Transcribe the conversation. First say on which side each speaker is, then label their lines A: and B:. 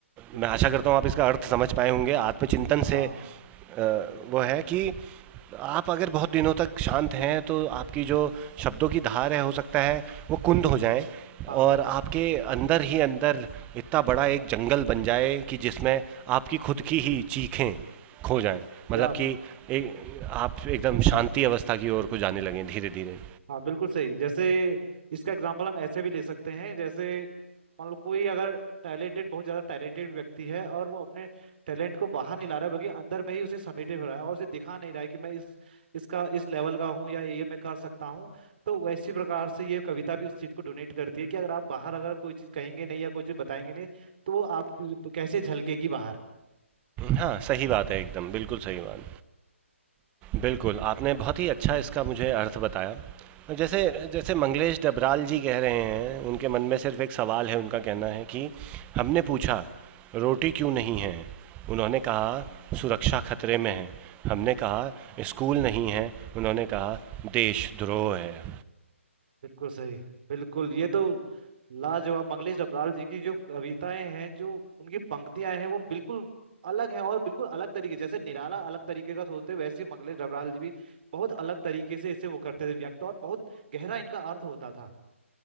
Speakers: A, on the right; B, on the right.
A: बिल्कुल
B: मैं आशा करता हूँ आप इसका अर्थ समझ पाए होंगे आत्मचिंतन
A: हाँ हाँ
B: से अ, वो है कि आप अगर बहुत दिनों तक शांत हैं तो आपकी जो शब्दों की धार है हो सकता है वो कुंद हो जाए
A: हाँ,
B: और आपके अंदर ही अंदर इतना बड़ा एक जंगल बन जाए कि जिसमें आपकी खुद की ही चीखें खो जाएं
A: या
B: मतलब कि एक आप एकदम शांति अवस्था की ओर को जाने लगें धीरे धीरे
A: हाँ बिल्कुल सही जैसे इसका एग्जाम्पल हम ऐसे भी ले सकते हैं जैसे मान लो कोई अगर टैलेंटेड बहुत ज़्यादा टैलेंटेड व्यक्ति है और वो अपने टैलेंट को बाहर नहीं ला रहा है बल्कि अंदर में ही उसे समेटे हुए रहा है और उसे दिखा नहीं रहा है कि मैं इस इसका इस लेवल का हूँ या ये मैं कर सकता हूँ तो वैसी प्रकार से ये कविता भी उस चीज़ को डोनेट करती है कि अगर आप बाहर अगर कोई चीज़ कहेंगे नहीं या कोई चीज़ बताएंगे नहीं तो वो आप कैसे झलकेगी बाहर
B: हाँ सही बात है एकदम बिल्कुल सही बात बिल्कुल, आपने बहुत ही अच्छा इसका मुझे अर्थ बताया। जैसे जैसे मंगलेश डबराल जी कह रहे हैं, उनके मन में सिर्फ़ एक सवाल है, उनका कहना है कि हमने पूछा, रोटी क्यों नहीं है? उन्होंने कहा, सुरक्षा खतरे में है। हमने कहा, स्कूल नहीं है। उन्होंने कहा, देशद्रोह है।
A: बिल्कुल सही बिल्कुल ये तो लाजवाब मंगलेश डबराल जी की जो कविताएं हैं जो उनकी पंक्तियां हैं वो बिल्कुल अलग हैं और बिल्कुल अलग तरीके जैसे निराला अलग तरीके का सोचते हैं, वैसे ही मंगलेश डबराल जी भी बहुत अलग तरीके से इसे वो करते थे व्यक्त और बहुत गहरा इनका अर्थ होता था